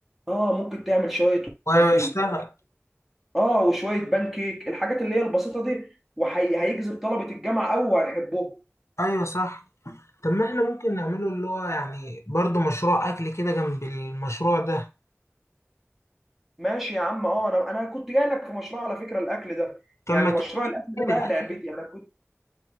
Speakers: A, in the centre; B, on the left.
A: آه ممكن تعمل شوية
B: واشتغل
A: وافل آه وشوية بان كيك الحاجات اللي هي البسيطة دي وهيجذب طلبة الجامعة أوي وهيحبوها
B: ايوه صح طب ما احنا ممكن نعمله اللي هو يعني برضه مشروع اكل كده جنب المشروع ده
A: ماشي يا عم اه انا انا كنت جاي لك في مشروع على فكره الاكل ده
B: طب
A: يعني
B: ما
A: مشروع الاكل ده
B: تقولي
A: بقى
B: احكي
A: لعبتي
B: لي.
A: انا كنت